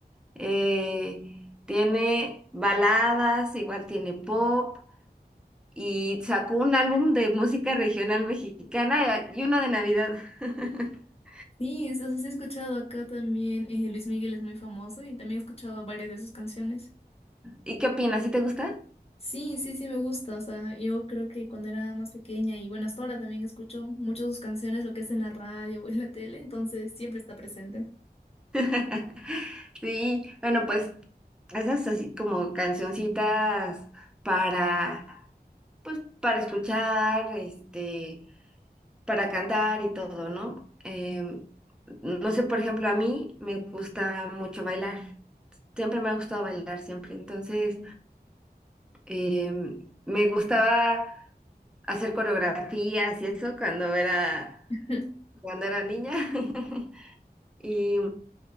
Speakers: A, in the centre; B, on the left.
A: Eh, tiene baladas, igual tiene pop y sacó un álbum de música regional mexicana eh, y uno de Navidad. <laughs>
B: Sí, entonces he escuchado acá también, eh, Luis Miguel es muy famoso y también he escuchado varias de sus canciones.
A: ¿Y qué opinas? ¿Sí te gusta?
B: Sí, sí, sí, me gusta. O sea, yo creo que cuando era más pequeña y bueno, hasta ahora también escucho muchas de sus canciones, lo que es en la radio o en la tele, entonces siempre está presente.
A: <laughs> Sí, bueno, pues esas así como cancioncitas para pues para escuchar, este, para cantar y todo, ¿no? Em, no sé, por ejemplo, a mí me gusta mucho bailar. Siempre me ha gustado bailar, siempre. Entonces, em, me gustaba hacer coreografías y eso cuando era,
B: <laughs>
A: cuando era niña. <laughs> Y